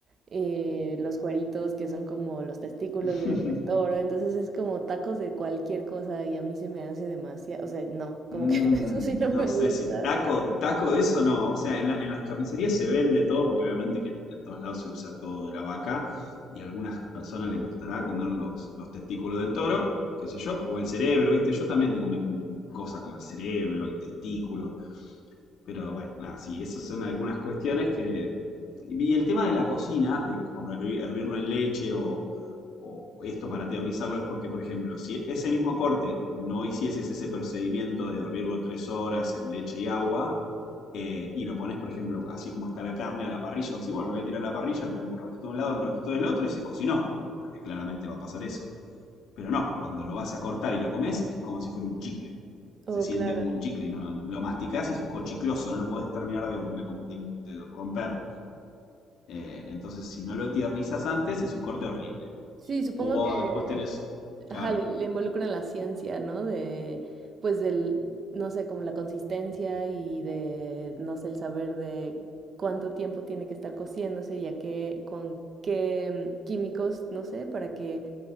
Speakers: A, on the right; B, on the left.
A: eh, los cueritos, que son como los testículos
B: <laughs>
A: de- del toro, entonces es como tacos de cualquier cosa y a mí se me hace demasiado, o sea, no,
B: Mm,
A: como que <laughs> eso sí no
B: no
A: me
B: sé
A: gusta.
B: si taco, taco de eso no. O sea, en la- en las carnicerías se vende todo, porque obviamente que en todos lados se usa todo de la vaca, y a algunas personas les gustará comer los, los testículos del toro, qué sé yo, o el cerebro, ¿viste? Yo también tengo mis mis cosas con el cerebro, el testículo. Pero bueno, nada, sí, esas son algunas cuestiones que... Y el tema de la cocina, de con hervi- hervirlo en leche o, o esto para tiernizarlo, es porque, por ejemplo, si ese mismo corte no hicieses ese procedimiento de hervirlo tres horas en leche y agua, eh, y lo pones, por ejemplo, así como está la carne a la parrilla, o decís, bueno, lo voy a tirar a la parrilla, lo pongo un ratito de un lado, un ratito del otro, y se cocinó, porque claramente va a pasar eso. Pero no, cuando lo vas a cortar y lo comes, es como si fuera un chicle. Se
A: Oh,
B: siente
A: claro.
B: como un chicle, ¿no? no, lo masticás y es cochicloso, no lo podés terminar de, de, de, romper. Eh, entonces, si no lo tiernizas antes, es un corte horrible.
A: Sí, supongo
B: O
A: que...
B: después tenés, claro,
A: Ajá, le, le involucran la ciencia, ¿no? De, pues del, no sé, como la consistencia y de, no sé, el saber de cuánto tiempo tiene que estar cociéndose y a qué, con qué mm, químicos, no sé, para que